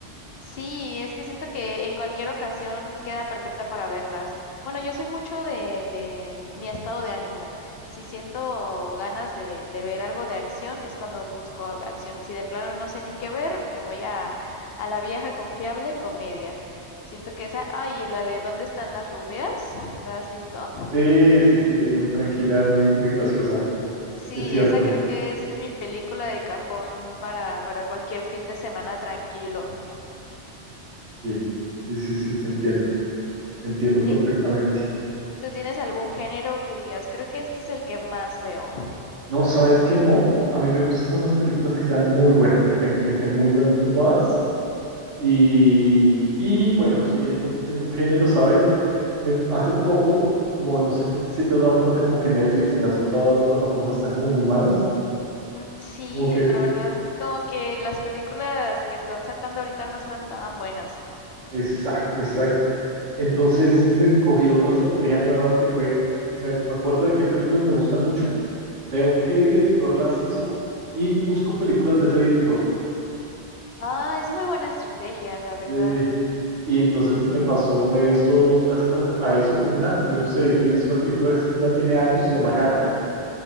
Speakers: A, on the left; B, on the right.
A: Sí, es que siento que en cualquier ocasión queda perfecta para verlas. Bueno, yo soy mucho de, de mi estado de ánimo. Si siento ganas de, de ver algo de acción, es cuando busco algo de acción. Si de plano no sé ni qué ver, me voy a, a la vieja confiable comedia. Siento que esa, ay, y la de ¿Dónde están las rubias? ¿La has visto?
B: Sí, sí, sí, es muy tranquila, muy, muy graciosa.
A: Sí,
B: Es cierto.
A: esa creo que es mi película de cajón para, para cualquier fin de semana tranquilo.
B: Sí, sí, sí, sí, te entiendo. Te entiendo perfectamente.
A: Eh, ¿Tú tienes algún género que digas, creo que este es el que más veo?
B: No, sabes que no. A mí me gustan son las películas que sean muy buenas, que, ten- que estén muy bien puntuadas. Y, y bueno, sí, de pronto tengo un género, ¿sabes? Me- hace poco, como no sé te- si te has dado cuenta, como que Netflix y las otras plataformas están como muy malas.
A: Mm, Sí,
B: Como que
A: la verdad, como que las películas que están sacando ahorita no están tan buenas.
B: Exacto, exacto. Entonces me cogí otra estrategia nueva que fue, me, me acuerdo de qué películas me gustan mucho, veo qué director las hizo y busco películas de ese director.
A: Ah, es muy buena estrategia, la verdad.
B: Eh, y entonces me pasó, me he visto dos gracias a, a eso. Una, yo no sé, te viste una película que ya tiene años, se llama Gattaca.